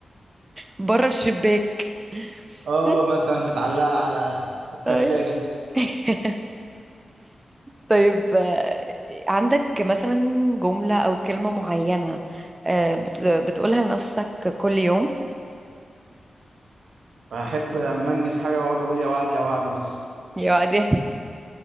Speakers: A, on the right; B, on the right.
A: <laughs> بره الشباك
B: اه
A: <laughs>
B: مثلا متعلقة على التلاجة
A: طيب <laughs> طيب آه، عندك مثلا جملة أو كلمة معينة آه، بت- بتقولها لنفسك كل يوم
B: فأحب أما أنجز حاجة وأقعد أقول يا وعد يا وعد مثلا
A: يا دي